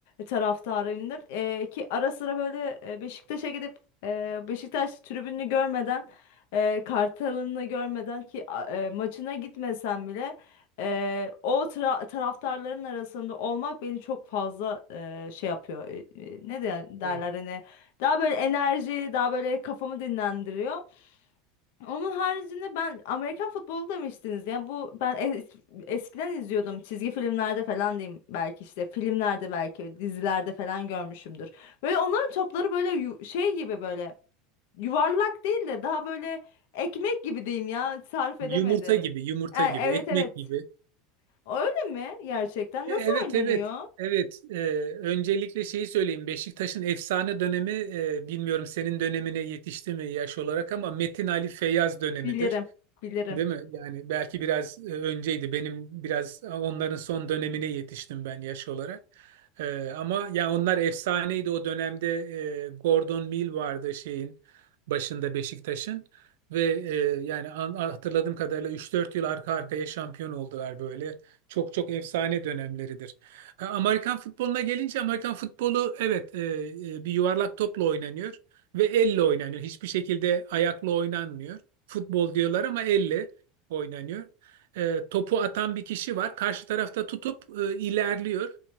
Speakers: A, on the left; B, on the right.
A: taraftarıyımdır Ee, ki ara sıra böyle e, Beşiktaş'a gidip e, Beşiktaş tribününü görmeden e, Kartal'ını görmeden ki a- e, maçına gitmesem bile e, o tra- taraftarların arasında olmak beni çok fazla e, şey yapıyor. E, e, ne de- derler
B: E,
A: hani daha böyle enerji, daha böyle kafamı dinlendiriyor. Onun haricinde ben Amerikan futbolu demiştiniz. Yani bu ben es- eskiden izliyordum. Çizgi filmlerde falan diyeyim belki işte filmlerde belki dizilerde falan görmüşümdür. Böyle onların topları böyle yu- şey gibi böyle Yuvarlak değil de daha böyle ekmek gibi diyeyim ya. Sarf edemedim.
B: Yumurta gibi, yumurta
A: E, evet
B: gibi, ekmek
A: evet.
B: gibi.
A: Öyle mi gerçekten?
B: E,
A: Nasıl
B: Evet,
A: oynanıyor?
B: evet. Evet, E, öncelikle şeyi söyleyeyim. Beşiktaş'ın efsane dönemi, e, bilmiyorum senin dönemine yetişti mi yaş olarak ama Metin Ali Feyyaz dönemidir.
A: Bilirim. Bilirim.
B: Değil mi? Yani belki biraz e, önceydi. Benim biraz e, onların son dönemine yetiştim ben yaş olarak. E, ama ya onlar efsaneydi o dönemde. e, Gordon Mill vardı şeyin başında Beşiktaş'ın ve e, yani an- hatırladığım kadarıyla üç dört yıl arka arkaya şampiyon oldular böyle. Çok çok efsane dönemleridir. Ha, Amerikan futboluna gelince Amerikan futbolu evet e, e, bir yuvarlak topla oynanıyor ve elle oynanıyor. Hiçbir şekilde ayakla oynanmıyor. Futbol diyorlar ama elle oynanıyor. E, topu atan bir kişi var. Karşı tarafta tutup e, ilerliyor.